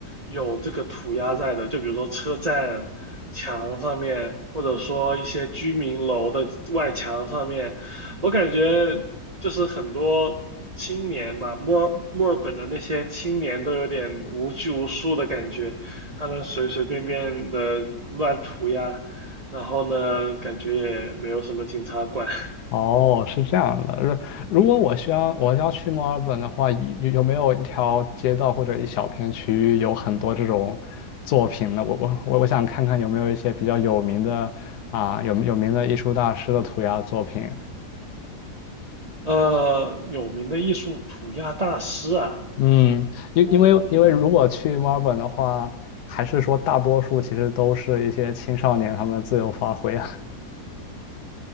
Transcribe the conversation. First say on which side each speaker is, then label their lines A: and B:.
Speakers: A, on the right (about 50°); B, on the left (about 75°).
A: 有这个涂鸦在的，就比如说车站墙上面，或者说一些居民楼的外墙上面，我感觉就是很多青年吧，墨尔墨尔本的那些青年都有点无拘无束的感觉，他们随随便便的乱涂鸦，然后呢，感觉也没有什么警察管。<laughs>
B: 哦，是这样的。如如果我需要我要去墨尔本的话，有有没有一条街道或者一小片区域有很多这种作品呢？我我我我想看看有没有一些比较有名的啊，有有名的艺术大师的涂鸦作品。
A: 呃，有名的艺术涂鸦大师啊，
B: 嗯，因因为因为如果去墨尔本的话，
A: 我嗯，
B: 还是说大多数其实都是一些青少年他们自由发挥啊。